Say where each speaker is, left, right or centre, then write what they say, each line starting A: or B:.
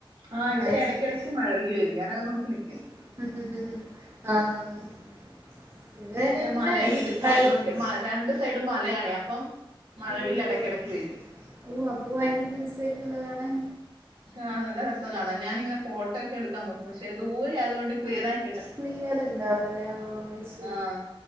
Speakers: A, on the right; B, on the right.
A: ആഹ് ഇവടെ
B: അത്
A: എടെക്കെടെക്ക്
B: ശരി
A: മഴവില്ല് വെരും ഞാനത് നോക്കി നിക്കും.
B: ആഹ് ഇവിടെ
A: ഇങ്ങനെ
B: ഇന്ന്
A: മലെടെ ഇട്ക്കായതൊണ്ടേ
B: വൈകു
A: മ രണ്ട് സൈഡും മലയാണേ അപ്പം മഴവില്ല്
B: ഓഹ്
A: ഇടയ്ക്കിടയ്ക്ക് വരും
B: ഓഹ് അപ്പ ഭയങ്കര രസായിരിക്കല്ലോ കാണാൻ.
A: ആഹ് നല്ല രസാ കാണാൻ ഞാനിങ്ങനെ ഫോട്ടോ ക്കെ എട്ക്കാ നോക്കും പക്ഷെ ദൂരായതൊണ്ട് ക്ലിയറായി
B: ക്ലിയറ്ണ്ടാവ് ലല്ലേ ആഹ് അത് ശെ
A: ആഹ്